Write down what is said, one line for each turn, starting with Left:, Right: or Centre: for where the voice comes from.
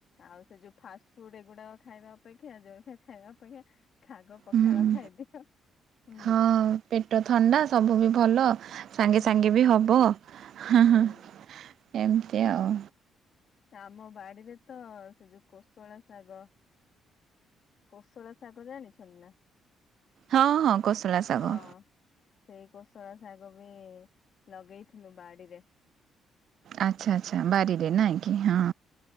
Left: ଆଉ ସେ ଯୋଉ ଫାଷ୍ଟ ଫୁଡ୍ ଏଗୁଡା ଖାଇବା ଅପେକ୍ଷା ଜଳଖିଆ ଖାଇବା ଅପେକ୍ଷା ଶାଗ ପଖାଳ
Right: ହୁଁ।
Left: ଖାଇଦିଅ ହୁଁ
Right: ହଁ ପେଟ ଥଣ୍ଡା ସବୁ ବି ଭଲ ସାଙ୍ଗେ
Left: ହୁଁ
Right: ସାଙ୍ଗେ ବି ହବ ହଁ
Left: ହୁଁ।
Right: ହଁ ଏମତି ଆଉ
Left: ଆମ ବାଡିରେ ତ ସେ ଯୋଉ କୋଶଳା ଶାଗ କୋଶଳା ଶାଗ ଜାଣିଛନ୍ତି ନା
Right: ହଁ ହଁ କୋଶଳା ଶାଗ
Left: ହଁ ସେଇ କୋଶଳା ଶାଗ ବି ଲଗେଇଥିଲୁ ବାଡିରେ
Right: ଆଚ୍ଛା ଆଚ୍ଛା ବାଡ଼ିରେ ନାଇଁ କିି ହଁ